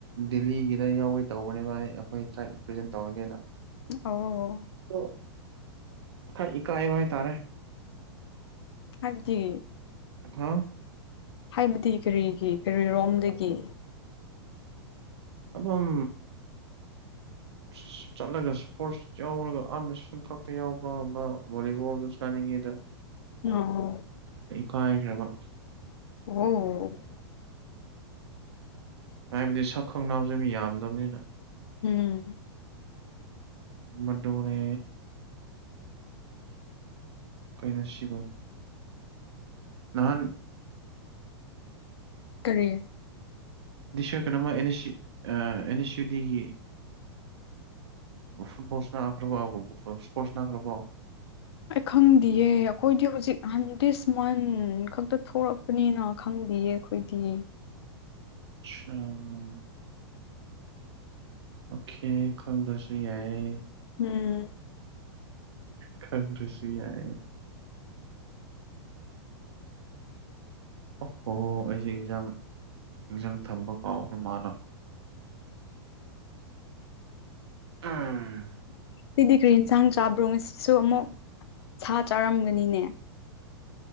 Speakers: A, on the right; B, on the left.
A: ꯗꯦꯜꯂꯤꯒꯤꯗ ꯌꯥꯎꯋꯦ ꯇꯧꯕꯅꯦꯕ ꯑꯩꯈꯣꯏ ꯇ꯭ꯔꯥꯏꯞ ꯔꯤꯄ꯭ꯔꯖꯦꯟ ꯇꯧꯔꯒꯦꯅ
B: ꯑꯣ
A: ꯑꯗꯣ ꯈꯔ ꯏꯀꯥꯏꯕ ꯍꯥꯢ ꯇꯥꯔꯦ
B: ꯍꯥꯢꯕꯗꯤ
A: ꯥꯍꯥ
B: ꯍꯥꯏꯕꯗꯤ ꯀꯔꯤꯒꯤ ꯀꯔꯤꯔꯣꯝꯗꯒꯤ
A: ꯑꯗꯨꯝ ꯆꯠꯂꯒ ꯁꯄꯣꯔꯠꯁ ꯌꯥꯎꯔꯒ <unintelligible> ꯈꯛꯇ ꯌꯥꯎꯕ ꯚꯣꯂꯤꯕꯣꯜꯗ ꯆꯅꯤꯡꯉꯦꯗ
B: ꯑꯣ
A: ꯀꯥꯏꯒ꯭ꯔꯕ
B: ꯑꯝ
A: ꯍꯥꯏꯕꯗꯤ ꯁꯛ ꯈꯪꯅꯕꯁꯦ ꯃꯤ ꯌꯥꯝꯗꯕꯅꯤꯅ
B: ꯎꯝ
A: ꯃꯗꯣꯅꯦ ꯀꯩꯅꯣꯁꯤꯕꯣ ꯅꯍꯥꯟ
B: ꯀꯔꯤ
A: ꯗꯤꯁ ꯌꯤꯔ ꯀꯩꯅꯣꯃ N S C ah and S ꯁꯤ ꯌꯨ ꯗꯤꯒꯤ ꯐꯨꯠꯕꯣꯜꯁ ꯂꯥꯅꯈ꯭ꯔꯕ ꯕ ꯏꯁꯄꯣꯔꯠꯁ ꯅꯅꯥꯈ꯭ꯔꯕꯣ
B: ꯑꯩ ꯈꯪꯗꯦꯌꯦ ꯑꯩꯈꯣꯏꯗꯤ ꯍꯧꯖꯤꯛ ꯍꯟ ꯗꯤꯁ ꯃꯟ ꯈꯛꯇ ꯊꯣꯛꯂꯛꯄꯅꯤꯅ ꯈꯪ ꯗꯤꯌꯦ ꯑꯩꯈꯣꯏꯗꯤ
A: ꯑꯆꯥꯥ ꯑꯣꯀꯦ ꯈꯪꯗꯁꯨ ꯌꯥꯏꯌꯦ
B: ꯎꯝ
A: ꯈꯪꯗ꯭ꯔꯁꯨ ꯌꯥꯏ ꯍꯣ ꯍꯣ ꯑꯩꯁꯦ ꯏꯟꯖꯥꯡ ꯏꯟꯖꯥꯡ ꯊꯝꯕ ꯀꯥꯎꯈ꯭ꯔ ꯃꯥꯂꯥ ꯎꯝ
B: ꯁꯤꯗꯤ ꯀꯔꯤ ꯏꯟꯁꯥꯡ ꯆꯥꯕ꯭ꯔꯣ ꯉꯁꯤꯁꯨ ꯑꯃꯨꯛ ꯁꯥ ꯆꯥꯔꯝꯒꯅꯤꯅꯦ